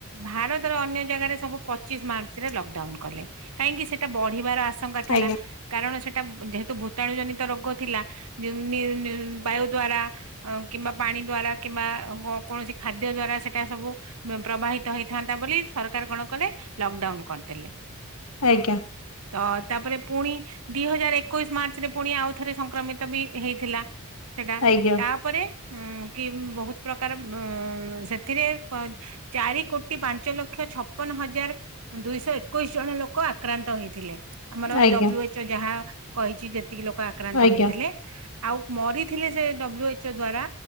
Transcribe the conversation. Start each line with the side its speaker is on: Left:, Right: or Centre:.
Right: ଭାରତର ଅନ୍ୟ ଜାଗାରେ ସବୁ ପଚିଶ ମାର୍ଚ୍ଚ ରେ ଲକଡାଉନ କଲେ। କାହିଁକି ସେଟା ବଢିବାର ଆଶଙ୍କା ଥିଲା
Left: ଆଜ୍ଞା
Right: କାରଣ ସେଟା ଯେହେତୁ ଭୂତାଣୁ ଜନିତ ରୋଗ ଥିଲା। ଯେଉଁ ନେଉ ନେଉ ବାୟୁ ଦ୍ଵାରା। ଅ କିମ୍ବା ପାଣି ଦ୍ଵାରା କିମ୍ବା କୌଣସି ଖାଦ୍ୟ ଦ୍ଵାରା ସେଟା ସବୁ। ପ୍ରବାହିତ ହେଇଥାନ୍ତା ବୋଲି ସରକାର କଣ କଲେ ଲକଡାଉନ କରିଦେଲେ।
Left: ଆଜ୍ଞା
Right: ତ ତାପରେ ପୁଣି। ଦିଇ ହଜାର ଏକୋଇଶ ମାର୍ଚ୍ଚରେ ପୁଣି ଆଉ ଥରେ ସଂକ୍ରମିତ ବି ହେଇଥିଲା ସେଟା
Left: ଆଜ୍ଞା
Right: ତାପରେ। ହୁଁ କି ବହୁତ ପ୍ରକାର ବ ସେଥିରେ। ଚାରି କୋଟି ପାଞ୍ଚ ଲକ୍ଷ ଛପନ ହଜାର। ଦୁଇଶହ ଏକୋଇଶି ଜଣ ଲୋକ ଆକ୍ରାନ୍ତ ହେଇଥିଲେ। ଆମର
Left: ଆଜ୍ଞା
Right: ଡବ୍ଲୁ ଏଚ୍ ଓ ଯାହା କହିଛି ଯେତିକି ଲୋକ ଆକ୍ରାନ୍ତ
Left: ଆଜ୍ଞା
Right: ହେଇଥିଲେ। ଆଉ ମରିଥିଲେ ସେ ଡବ୍ଲୁ ଏଚ୍ ଓ ଦ୍ଵାରା